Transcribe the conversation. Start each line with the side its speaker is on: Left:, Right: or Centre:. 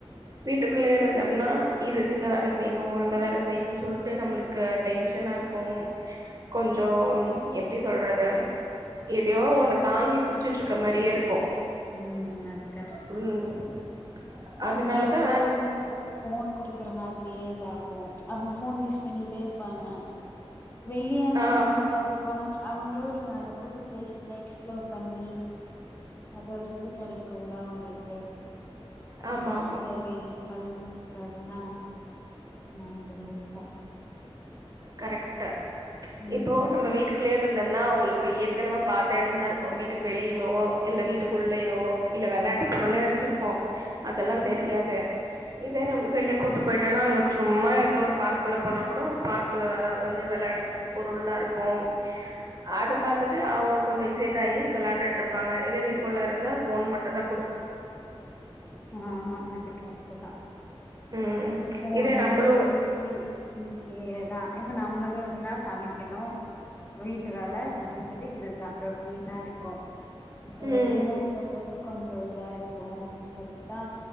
Right: வீட்டுக்குள்ளேயே இருந்தோம்னா இது இந்த வேலை செய்யணும் அந்த வேலை செய்யணும் சொல்ட்டு நம்புளுக்கு டென்ஷனா இருக்கும் கொஞ்சம் எப்பிடி சொல்றது எதையோ ஒன்ன தாங்கி புடிச்சிட்டு இருக்க மாரியே இருக்கு
Left: ம் அதுக்காஸ்
Right: ம் அதனாலதா
Left: வீட்க்குள்ளே இருந்த எங்களுக்கு போன் குடுக்குற மாரி லேட்டாகும் அவுங்க போன் யூஸ் பண்ணிட்டே இருப்பாங்க வெளியனா
Right: ஆ
Left: நம்ம எங்கயாவது போனா அவுங்களோ ஒரு நல்ல புது பிளேஸ் எல்லாம் எக்ஸ்ப்ளோர் பண்ணி அது ஒரு இது கிடைக்கும்ல்ல அவுங்களுக்கு
Right: ஆமா
Left: இதான்
Right: ஆமா
Left: செரி கலம்க்கதலா நானும் பண்ணிருந்தோ
Right: கரெக்ட்
Left: ம்
Right: இப்போ நம்ம வீட்டுக்குள்ளே இருந்தோம்னா அவங்களுக்கு ஏற்கனவே பார்த்த இடம்தா இருக்கும் வீட்டுக்கு வெளியவோ இல்ல வீட்டுக்கு உள்ளேயோ இல்ல விளையாட்டு பொருளே வச்சிருப்போம் அதெல்லாம் தெரியாது இதே நம்ம வெளில கூட்டு போயிட்டனா சும்மா ஏதோ ஒரு பார்க்குள்ளே போனா கூட பார்க் கூள்ள வந்து விளையாடுறதுக்கு பொருளா இருக்கும் அத பார்த்துட்டு அவங்க கொஞ்ச எக்ஸைட் ஆகி விளையாண்டுட்டு இருப்பாங்க இதே வீட்டுக்குள்ளே இருந்தா போன் மட்டும் தா
Left: ஆமா அது கரெக்ட் தா
Right: ம்
Left: போனு
Right: இதே நம்பளு
Left: டி வி இப்படியேதா இப்ப நம்மளும் இருந்தா சமைக்கணும் வீட்டு வேல சமைச்சிட்டு இதுதா ரொட்டீனா இருக்கும்
Right: ம்.
Left: வெளியங்க போது கொஞ்சம் இதா இருக்கும் அப்படின்னு சொல்லித்தா